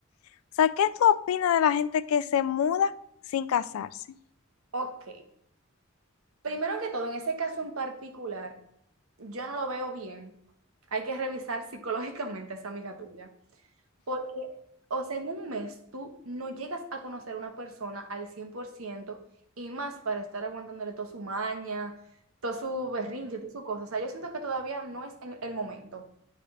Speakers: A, on the left; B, on the right.
A: O sea, ¿qué tú opinas de la gente que se muda sin casarse?
B: Ok. Primero que todo, en ese caso en particular, yo no lo veo bien. Hay que revisar psicológicamente a esa amiga tuya. Porque, o sea, en un mes tú no llegas a conocer a una persona al 100% y más para estar aguantándole toda su maña, todo su berrinche, toda su cosa. O sea, yo siento que todavía no es en el momento.